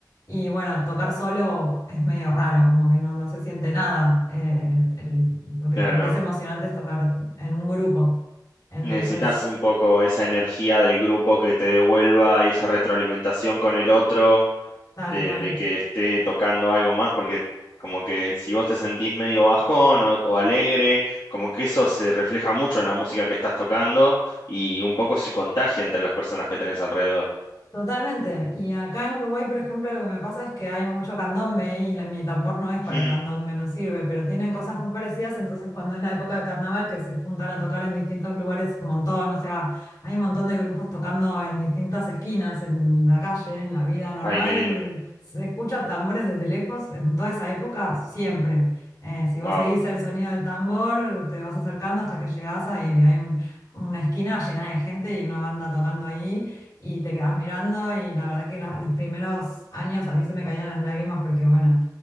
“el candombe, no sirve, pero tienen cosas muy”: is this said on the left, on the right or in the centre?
Left